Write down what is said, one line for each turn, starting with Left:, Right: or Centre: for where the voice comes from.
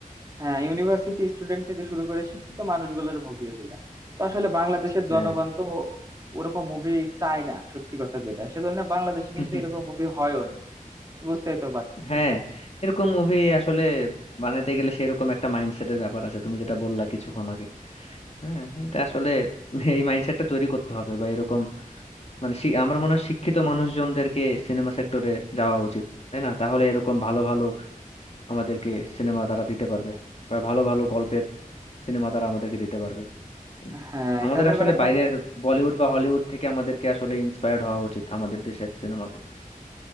Right: হ্যাঁ ইউনিভার্সিটি স্টুডেন্ট থেকে শুরু করে শিক্ষিত মানুষগুলোর মুভি এগুলা তো আসলে বাংলাদেশের জনগণ
Left: হ্যাঁ
Right: তো ওরকম মুভি চায় না সত্যি কথা যেটা সেজন্য বাংলাদেশে কিন্তু
Left: <laughs>
Right: এরকম মুভি হয়ও না বুঝতেই তো পারতেছো
Left: হ্যাঁ এরকম মুভি আসলে বানাতে গেলে সেরকম একটা মাইন্ডসেটের ব্যাপার আছে তুমি যেটা বললা কিছুক্ষণ আগে হ্যাঁ এটা আসলে এই মাইন্ডসেটটা তৈরি করতে হবে বা এরকম মানে শি- আমার মনে হয় শিক্ষিত মানুষজনদেরকে সিনেমা সেক্টরে যাওয়া উচিত তাই না তাহলে এরকম ভালো ভালো আমাদেরকে সিনেমা তারা দিতে পারবে বা ভালো ভালো গল্পের সিনেমা তারা আমাদেরকে দিতে পারবে উম,
Right: হ্যাঁ
Left: আমাদের
Right: এখানে
Left: আসলে
Right: আবার একটা
Left: বাইরের বলিউড বা হলিউড থেকে আমাদেরকে আসলে ইন্সপায়ার্ড হওয়া উচিত আমাদের দেশের সিনেমাকে